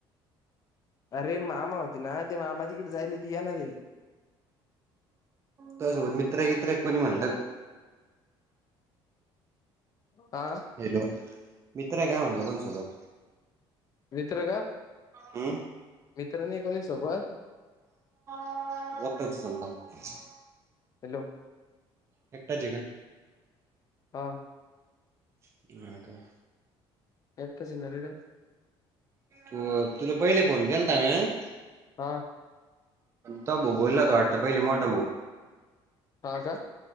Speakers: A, on the left; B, on the right.
A: अरे मामा होती ना, ते मामा तिकडे जायला ती येणारे.
B: तुजा सोबत मित्र एकित्र एक कोणी म्हणतं.
A: हा
B: हॅलो मित्र आहे काय म्हटलं कोणासोबत.
A: मित्र का
B: हम्म.
A: मित्र नाही कोणी सोबात
B: <unintelligible> समजा <unintelligible>
A: हॅलो
B: एकटच आहे का?
A: हा
B: <inaudible>
A: एेत सि्हरीड <inaudible>
B: तू तुला पहिले फोन केलता म्या <inaudible>
A: हा
B: त भाऊ बोलला तो वाटता पहिले मोठा भाऊ
A: हा का